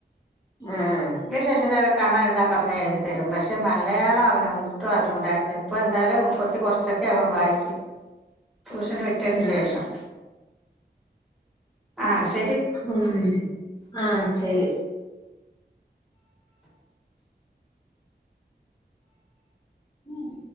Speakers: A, on the left (about 20°); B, in the centre.
A: ആഹ്
B: ഇംഗ്ലീഷ് അക്ഷരങ്ങളൊകെ കാണാൻ എഴുതാൻ പറഞ്ഞാൽ എഴുതിത്തരും പക്ഷേ മലയാളം അവനെ ഒട്ടും അറിഞ്ഞൂടായിരുന്നു ഇപ്പോൾ എന്തായാലും കുത്തി കുറച്ചൊക്കെ അവൻ വായിക്കും ട്യൂഷന് വിട്ടതിന്
A: ആഹ്
B: ശേഷം ആഹ്
A: ഉം ആഹ് ശരി ഉം